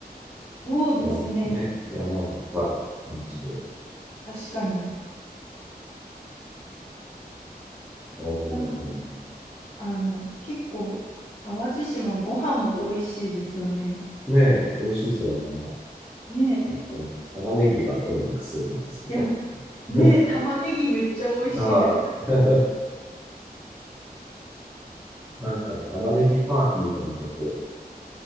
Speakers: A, on the left; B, in the centre.
A: そうですね。
B: いや、ね、山が深い感じで。
A: 確かに。
B: ああ、はいはい。
A: なんか、あの、結構、淡路島ご飯も美味しいですよね。
B: ねえ、美味しいですよね。
A: ね
B: やっぱね、玉ねぎがとにかくすごかったですけど。
A: え。いや、ねえ、
B: <laughs>
A: 玉ねぎめっちゃ美味しいです。
B: はい。<laughs> なんか、玉ねぎパークみたいなとこ